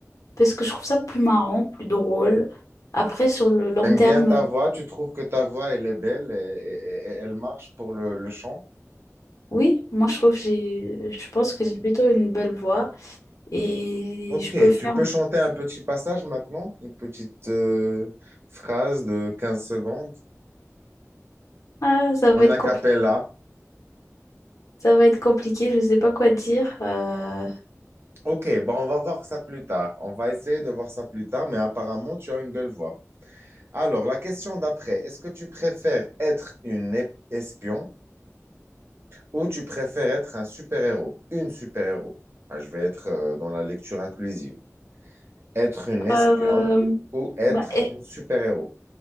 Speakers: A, on the left (about 75°); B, on the right (about 50°).
A: parce que je trouve ça plus marrant, plus drôle. Après, sur le long
B: T'aimes
A: terme,
B: bien ta voix, tu trouves que ta voix, elle est belle et, et- et elle marche pour le, le chant.
A: oui, moi je trouve que j'ai, je pense que j'ai plutôt une belle voix et
B: Ok,
A: je peux le faire.
B: tu peux chanter un petit passage maintenant, une petite euh, phrase de 15 secondes
A: Ah, ça va
B: en
A: être
B: a
A: compliqué.
B: cappella.
A: Ça va être compliqué. Je sais pas quoi dire. Euh,
B: Ok, bon, on va voir ça plus tard. On va essayer de voir ça plus tard, mais apparemment, tu as une belle voix. Alors, la question d'après, est-ce que tu préfères être une ép- espion ou tu préfères être un super-héros? Une super-héros. Ah, je vais être euh, dans la lecture inclusive. être une espionne
A: euh,
B: ou être
A: bah, e-
B: un super-héros.